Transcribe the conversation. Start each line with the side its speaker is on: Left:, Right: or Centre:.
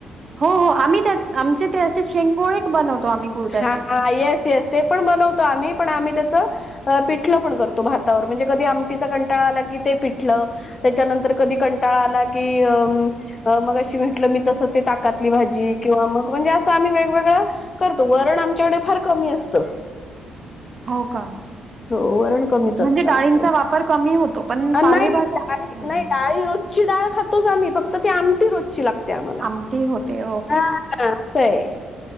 Right: हो हो आम्ही त्या आमचे ते असे शेंगोळे बनवतो आम्ही कुळथाचे.
Left: हा येस येस ते पण बनवतो आम्ही पण आम्ही त्याच अ पिठलं पण करतो भातावर म्हणजे कधी आमटीचा कंटाळा आला की ते पिठलं त्याच्यानंतर कधी कंटाळा आला कि अ अ मग अशी म्हेटलं मी तसं ते ताकातली भाजी किंवा मग म्हणजे असं आम्ही वेगवेगळं करतो. वरण आमच्याकडे फार कमी असतं.
Right: हो का?
Left: हो वरण कमीच
Right: हं, म्हणजे
Left: असतं
Right: डाळींचा
Left: आमच्याकडे
Right: वापर कमी होतो, पण
Left: हा
Right: पालेभाज्या
Left: नाही डाळी
Right: हं,
Left: नाही
Right: हं.
Left: डाळी रोज ची डाळ खातोच आम्ही फक्त ती आमटी रोजची लागते आम्हाल.
Right: आमटी होते.
Left: <unintelligible>